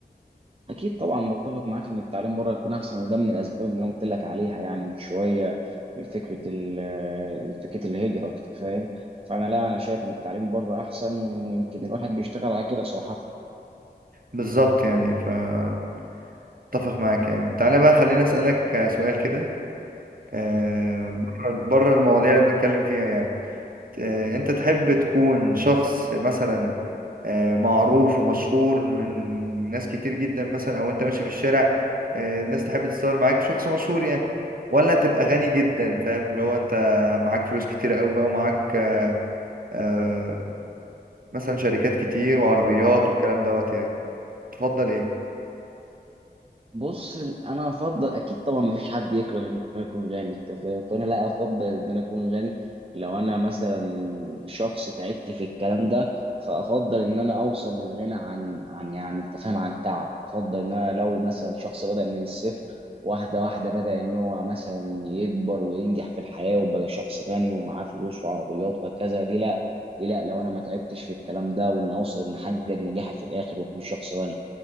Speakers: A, on the right; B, on the right.
A: اكيد طبعا بتفق معاك ان التعليم بره يكون احسن وده من الاسباب اللي انا قلت لك عليها يعني من شويه من فكره ال- من فكره الهجره انت فاهم فانا لا انا شايف ان التعليم بره احسن ويمكن الواحد بيشتغل على كده صراحه
B: بالظبط يعني فاتفق معاك يعني تعالى بقى خليني اسألك آه، سؤال كده آه، بره بره المواضيع اللي بنتكلم فيها يعني آه، انت تحب تكون شخص مثلا آه، معروف ومشهور من ناس كتير جدا مثلا او انت ماشي في الشارع آه، الناس تحب تتصور معاك شخص مشهور يعني ولا تبقى غني جدا فاهم اللي هو انت معاك فلوس كتير قوي بقى ومعاك آه، آه، مثلا شركات كتير وعربيات والكلام دوت يعني تفضل ايه
A: بص انا افضل اكيد طبعا مفيش حد يكره ان هو يكون غني انت فاهم فانا لا افضل ان انا اكون غني لو انا مثلا شخص تعبت في الكلام ده فافضل ان انا اوصل للغنى عن عن يعني انت فاهم عن تعب افضل ان انا لو مثلا شخص بدا من الصفر واحده واحده بدا ان هو مثلا يكبر وينجح في الحياه وبقى شخص غني ومعاه فلوس وعربيات وكذا ليه لا ليه لا لو انا ما تعبتش في الكلام ده وان اوصل ان احقق نجاحي في الاخر واكون شخص غني